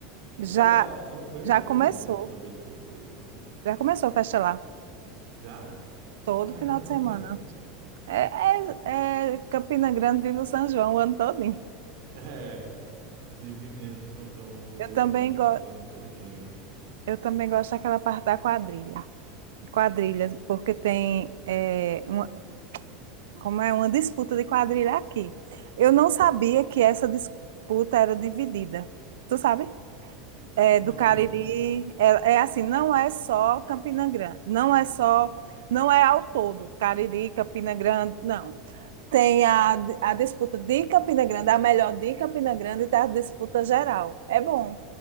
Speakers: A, on the right; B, on the right.
A: Antes
B: Já
A: da, an- foi antes
B: Já
A: da
B: começou.
A: pandemia a última vez que eu fui.
B: Já começou a festa lá.
A: Já?
B: Todo
A: Caramba!
B: final de semana. É, é, é Campina Grande, vive o São João o ano todinho.
A: <laughs> É, vive mesmo São João o,
B: Eu também, go
A: o- o ano todinho.
B: eu também gosto daquela parte da quadrilha. Quadrilha, porque tem é, uma, como é uma disputa de quadrilha aqui. Eu não sabia que essa disputa era dividida. Tu sabe? É,
A: Como
B: do
A: assim?
B: Cariri, é, é assim, não é só Campina Grande, não é só, não é ao todo, Cariri, Campina Grande, não. Tem a, a disputa de Campina Grande, a melhor de Campina Grande, e tá a disputa geral. É bom